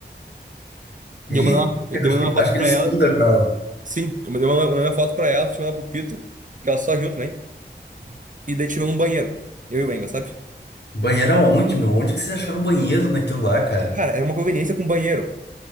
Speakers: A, on the left (about 65°); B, on the right (about 45°).
A: E
B: E eu mandei uma, eu
A: eu acho
B: mandei
A: que,
B: uma foto
A: acho que
B: pra
A: ele estuda
B: ela,
A: com ela.
B: sim, eu mandei uma, eu mandei uma foto pra ela, chamei ela pro Pito, que ela só riu também. E daí chegou um banheiro, eu e o Engel, sabe?
A: Banheiro aonde, meu? Onde que vocês acharam o banheiro naquilo lá, cara?
B: Cara, era uma conveniência com banheiro.